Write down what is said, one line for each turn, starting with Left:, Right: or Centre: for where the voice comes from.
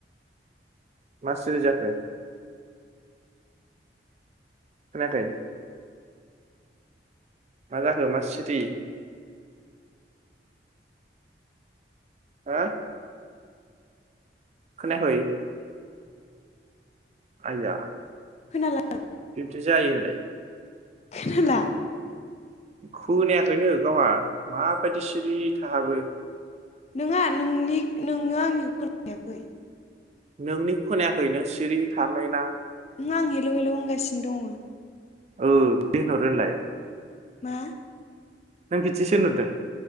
Right: मा सिरि जाखो? खोनायाखै मा जाखो मा सिरि? हा खोनायाखै? आइया
Left: खोनाला
Right: बिब्दि जायो होनलाय
Left: खोनाला
Right: खोनायाखैनो गावहा माबायदि सिरि थाहाबो
Left: नङा नोंनि नोङो आंनिखौ खोनायाखै
Right: नोंनि खोनायाखै नों सिरि थाबनाय ना
Left: ओं आं हेलौ हेलौ होनगासिनो दङ
Right: ओ <unintelligible> होनलाय
Left: मा
Right: नों बिदिसो होनरदों